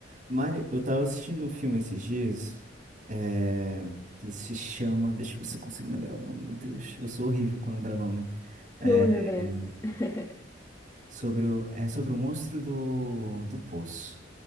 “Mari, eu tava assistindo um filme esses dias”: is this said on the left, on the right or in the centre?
Right